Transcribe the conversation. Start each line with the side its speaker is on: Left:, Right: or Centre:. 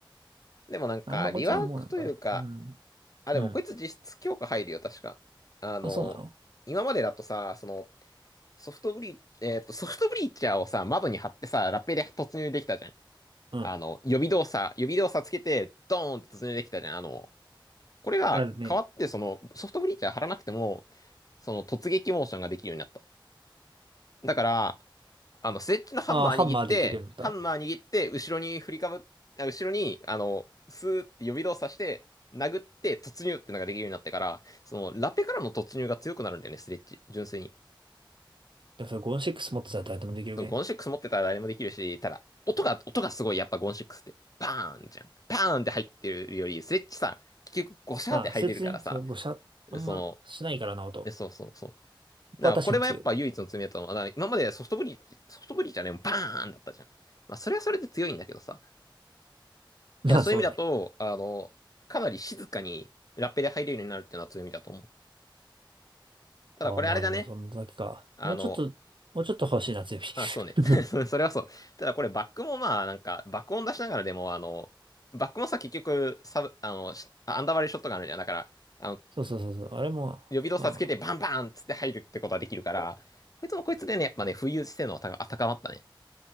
Left: う。でもなんか、
Right: あんまこいつはもうなんか、
Left: リワークというか、
Right: うん。
Left: あ、でもこいつ実質強化入るよ、
Right: うん。
Left: 確か。あの、
Right: まあ、そうなの
Left: 今までだとさ、その、ソフトブリ、えっと、ソフトブリーチャーをさ、窓に貼ってさ、ラッペで突入できたじゃん。
Right: うん。
Left: あの、予備動作、予備動作つけて、ドーンって突入できたじゃん。あの、これが変わって、
Right: あるね。
Left: その、ソフトブリーチャー貼らなくても、その突撃モーションができるようになった。だから、あの、スレッジのハンマー握って、
Right: ああ、ハンマーできるんだ。
Left: ハンマー握って、後ろに振りかぶっ、あ後ろに、あの、スーって予備動作して、殴って突入ってのができるようになってから、その、ラペからの突入が強くなるんだよね、スレッジ。純粋に。
Right: でもそれごーシックス持ってたら誰でもできるね。
Left: そうゴンシックス持ってたら誰もできるし、ただ、音が、音がすごい、やっぱゴンシックスって、バーンじゃん。バーンって入ってるより、スレッチさ、結局、ゴシャーって入れるからさ、
Right: まあ、そいつね、その5射、あんましないからな、
Left: その、
Right: 音。
Left: えそうそうそ
Right: こ
Left: う。
Right: こは確かに強い。
Left: だから、これはやっぱ唯一の罪だと思う。だから今までソフトブリーソフトブリーじゃね、バーンだったじゃん。まあ、それはそれで強いんだけどさ。
Right: まあ、
Left: いや、そういう意味だと、
Right: そうね。
Left: あの、かなり静かにラッペで入れるようになるっていうのは強みだと思う。ただ、
Right: ああ、
Left: これあれだね。
Right: まあ、でもそんだけか。
Left: あの、
Right: もうちょっと、もうちょっと欲しいな、強火。
Left: あ、そうね。
Right: <laughs>
Left: <laughs> それはそう。ただこれバックもまあなんか爆音出しながらでもあの、バックもさ結局サブ、あの、しあアンダーバリューショットがあるじゃん。だから、あの、
Right: そうそうそうそう。あれも、
Left: 予備動作つけてバンバンっつって入るってことはできるから、
Right: まあまあ、
Left: こいつもこいつでね、やっぱね、浮遊性能は高高まったね。